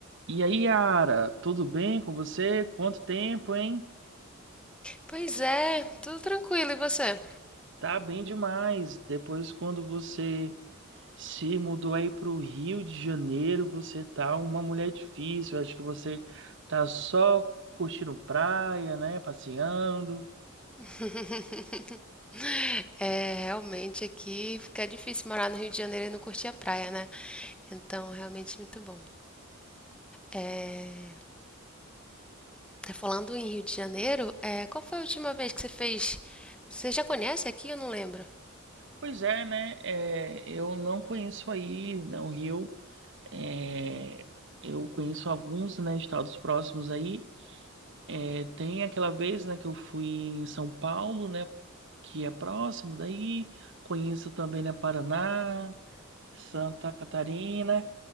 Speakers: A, on the right; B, in the centre.
A: E aí, Yara, tudo bem com você? Quanto tempo, hein?
B: Pois é, tudo tranquilo, e você?
A: Tá bem demais. Depois, quando você se mudou aí para o Rio de Janeiro, você tá uma mulher difícil. Acho que você tá só curtindo praia, né? Passeando.
B: <laughs> É, realmente aqui fica difícil morar no Rio de Janeiro e não curtir a praia, né? Então, realmente muito bom. É, tá falando em Rio de Janeiro, é, qual foi a última vez que você fez? Você já conhece aqui? Eu não lembro.
A: Pois é, né? É, eu não conheço aí, né, o Rio. É, eu conheço alguns, né, estados próximos aí. É, tem aquela vez, né, que eu fui em São Paulo, né, que é próximo daí. Conheço também, né, Paraná, Santa Catarina.